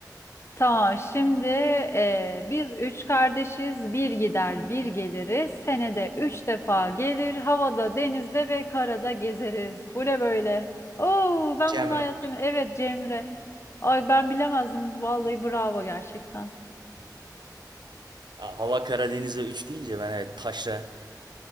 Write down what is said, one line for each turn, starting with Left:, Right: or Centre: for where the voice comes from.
Left: Tamam. Şimdi e, biz üç kardeşiz. Bir gider, bir geliriz. Senede üç defa gelir. Havada, denizde ve karada gezeriz. Bu ne böyle? Oo, ben
Right: Cemre.
Left: bunu hayatım. Evet Cemre. Ay ben bilemezdim. Vallahi bravo gerçekten.
Right: Aa, Hava Karadeniz'e 3 deyince ben evet taşra.